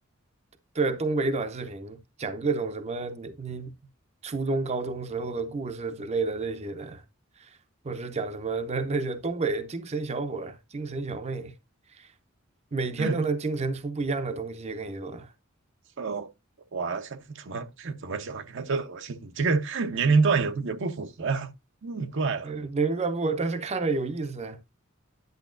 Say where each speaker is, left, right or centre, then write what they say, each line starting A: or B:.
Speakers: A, on the right; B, on the right.
A: 对，东北短视频讲各种什么你你初中高中时候的故事之类的这些的，或者是讲什么那那些东北精神小伙儿、精神小妹，每天都能精神出不一样的东西，
B: <laughs>
A: 跟你说，
B: 呃，哇，这怎么怎么喜欢看这种东西？你这个年龄段也不也不符合呀、嗯，怪了。
A: 呃，零散步，但是看着有意思啊，